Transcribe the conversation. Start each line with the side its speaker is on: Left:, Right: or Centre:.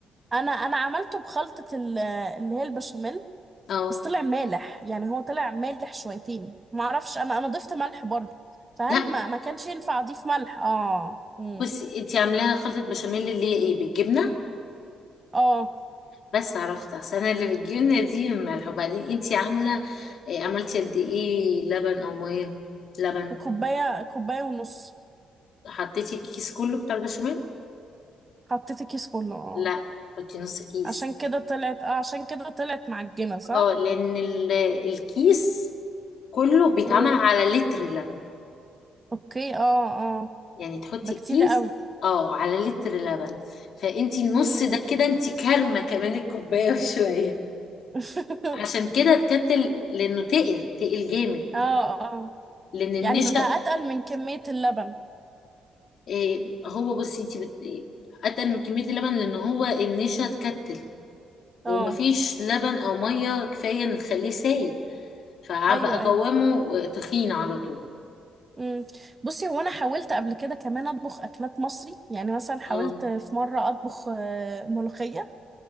Right: انا انا عملته بخلطه ال- اللي هي البشاميل
Left: اه
Right: بس طلع مالح يعني هو طلع مالح شويتين ما اعرفش انا انا ضفت ملح برضه فهل
Left: لا
Right: ما ما كانش ينفع اضيف ملح اه امم
Left: بصي انت عاملاها خلطه بشاميل اللي هي ايه بالجبنه
Right: اه
Left: بس عرفت اصل انا اللي بالجبنه دي ملح وبعدين انت عامله إيه عملتي قد ايه لبن او ميه لبن
Right: كوبايه كوبايه ونص
Left: حطيتي الكيس كله بتاع البشاميل
Right: حطيت الكيس كله اه
Left: لا حطي نص كيس
Right: عشان كده طلعت اه عشان كده طلعت معجنه صح
Left: اه لان ال- الكيس كله بيتعمل
Right: امم
Left: على لتر لبن
Right: اوكي اه اه
Left: يعني تحطي
Right: ده كتير
Left: كيس
Right: قوي
Left: اه على لتر لبن فانتي النص
Right: امم
Left: ده كده انتي كارمه كمان الكوبايه <laughs> وشويه
Right: <laughs>
Left: عشان كده اتكتل لانه تقل تقل جامد
Right: اه اه
Left: لان النشا
Right: يعني بقى اتقل من كميه اللبن
Left: إيه هو بصي انتي بت... اتقل من كميه اللبن لان هو النشا اتكتل
Right: اه
Left: ومفيش لبن او ميه كفايه ان تخليه سايل فبقى
Right: ايوه ايوه
Left: قوامه آه، تخين على طول
Right: مم. بصي هو انا حاولت قبل كده كمان اطبخ اكلات مصري يعني مثلا حاولت
Left: اه
Right: في مره اطبخ آه، ملوخيه